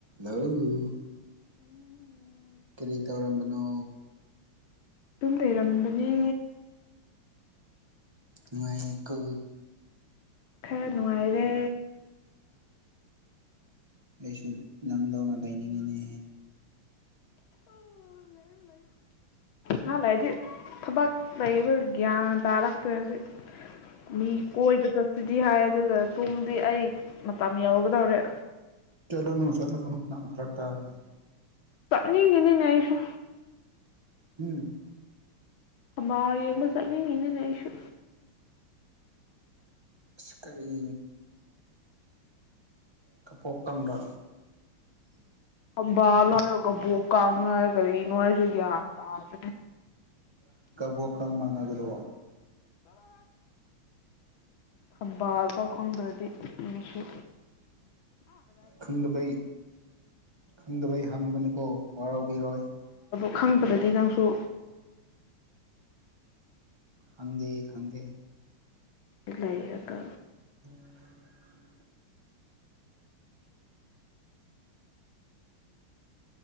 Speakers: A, on the right; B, on the left.
A: ꯍꯎ
B: ꯎꯝ
A: ꯀꯔꯤ ꯇꯧꯔꯝꯕꯅꯣ
B: ꯇꯨꯝ ꯂꯩꯩꯔꯝꯕꯅꯦ
A: ꯅꯨꯡꯉꯥꯏ ꯀꯣ
B: ꯈꯔ ꯅꯨꯡꯉꯥꯏꯔꯦ
A: ꯑꯩꯁꯨ ꯅꯝ ꯂꯧꯧꯅ ꯂꯩꯅꯤꯡꯉꯤꯅꯦ
B: ꯑꯍꯥꯟ ꯂꯗꯤ ꯊꯕꯛ ꯂꯩꯕ ꯒ꯭ꯌꯥꯟ ꯇꯥꯔꯛꯇ꯭ꯔꯦꯖꯤ ꯃꯤ ꯀꯣꯏ ꯄ ꯆ ꯁꯤꯗꯤ ꯍꯥꯏ ꯑꯗꯨꯒ ꯄꯨꯡꯗꯤ ꯑꯩ ꯃꯇꯝ ꯌꯧꯒꯗꯧꯔꯦ
A: ꯆꯠ ꯂꯨꯅꯨ ꯆꯠ ꯂꯨꯅꯨ ꯐꯔꯀ ꯇꯥꯅꯤ
B: ꯒ ꯅꯤꯡꯅꯦꯁꯣ
A: ꯎꯝ
B: ꯊꯕꯥ ꯌꯦꯡꯕ ꯆꯠꯅꯤꯡꯉꯤꯅꯅꯦ ꯑꯩꯁꯨ
A: ꯁ ꯀꯔꯤ ꯀꯄꯣꯛꯀꯪꯗ
B: ꯀꯝꯕꯥꯜ ꯍꯥꯏ ꯀꯕꯨꯣꯛ ꯀꯥꯒ ꯐꯔꯤꯅꯅꯨꯡ ꯑꯁꯨ ꯌꯥꯗ ꯇꯗ
A: ꯕꯣ ꯀ ꯃꯥꯅ ꯑꯗꯨ꯭ꯔꯣ
B: ꯊꯝꯕꯥꯜ ꯄꯥꯎ ꯈꯪꯗ꯭ꯔꯗꯤ ꯃꯁꯨ
A: ꯈꯪꯗꯕꯩ ꯈꯪꯗꯕꯩ ꯍꯪꯕꯅꯤꯀꯣ ꯋꯥꯔꯧꯕꯕꯤꯔꯣꯏ
B: ꯈꯪꯕꯗꯗꯤ ꯅꯪꯁꯨ
A: ꯈꯪꯗ ꯈꯪꯗꯦ
B: ꯏ ꯂꯩꯥꯏꯑꯀ
A: ꯍ